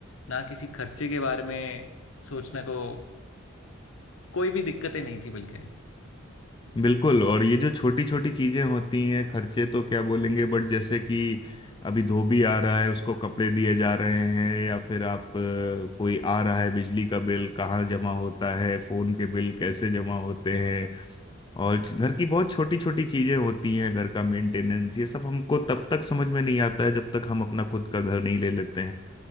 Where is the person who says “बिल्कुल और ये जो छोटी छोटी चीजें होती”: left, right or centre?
Left